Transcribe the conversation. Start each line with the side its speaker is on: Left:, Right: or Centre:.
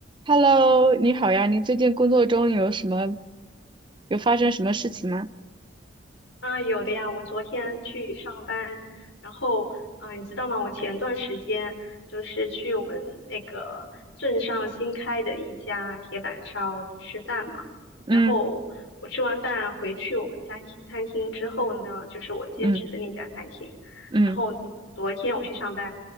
Right: Hello，你好呀，你最近工作中有什么，有发生什么事情吗？
Left: 啊，有的呀，我昨天去上班，然后，啊，你知道吗？我前段时间就是去我们那个镇上新开的一家铁板烧吃饭嘛，
Right: 嗯
Left: 然后我吃完饭回去我们餐厅餐厅之后呢，就是我兼职的那家餐厅，
Right: 嗯嗯，
Left: 然后昨天我去上班，